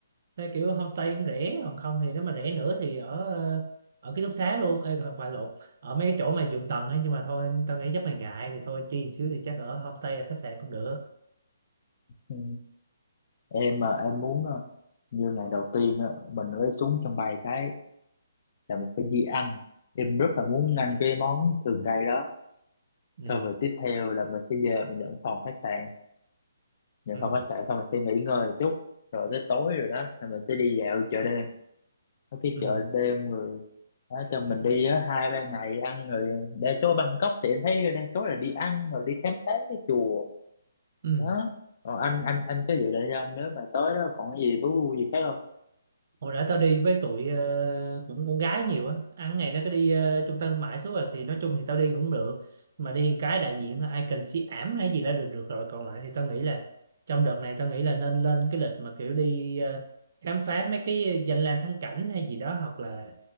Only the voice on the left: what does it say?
ừ. em ờ, em muốn ờ, như ngày đầu tiên á, mình mới xuống sân bay cái là mình phải đi ăn em rất là muốn ăn cái món thường đây đó
xong rồi tiếp theo là mình sẽ về mình nhận phòng khách sạn nhận
phòng khách sạn xong mình sẽ nghỉ ngơi chút rồi tới tối rồi đó là mình sẽ đi dạo chợ đêm Có cái
chợ đêm rồi đó, cho mình đi á, hai ba ngày ăn rồi đa số Bangkok thì em thấy đa số là đi ăn rồi đi khám phá cái chùa
đó còn anh anh anh có dự định không nếu mà tới đó còn cái gì thú vui gì khác không